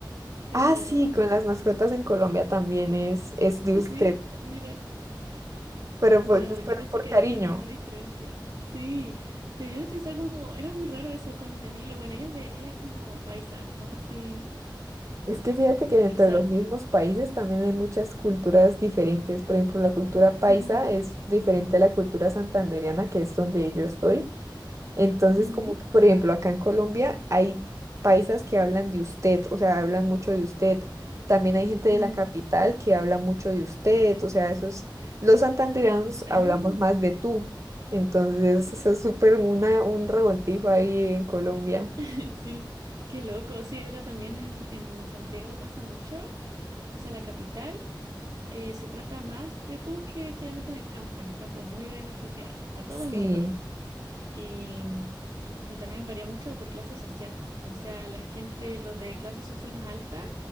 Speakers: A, on the right; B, on the right.
A: pero...
B: Ah, sí, con las mascotas en Colombia también es, es de usted,
A: Sí, mira.
B: pero por,
A: Pero yo
B: pero
A: pensé
B: por
A: que
B: cariño.
A: ahí había una diferencia. Sí, pero yo pensaba como, era muy raro eso con mi amiga. Bueno, ella es de, ella es como paisa, no sé si
B: Es que fíjate que dentro
A: quizá.
B: de los mismos países también hay muchas culturas diferentes. Por ejemplo, la cultura paisa
A: Ujú,
B: es diferente a la cultura santandereana, que es donde yo estoy. Entonces,
A: ujú,
B: como que, por ejemplo, acá en Colombia hay paisas que hablan de usted, o sea, hablan mucho de usted. También hay gente
A: ujú.
B: de la capital que habla mucho de usted, o sea, esos, los santandereanos
A: Ah,
B: hablamos más de tú. Entonces, eso es súper una, un revoltijo ahí en Colombia.
A: <laughs> sí, qué loco. Sí, era también en, en Santiago pasa mucho. O sea, la capital eh, se trata más de tú que generalmente en el campo. En el campo es muy de ustedear a todo
B: Sí,
A: el mundo. Y, y también varía mucho de por clase social. O sea, la gente, los de clase social más alta,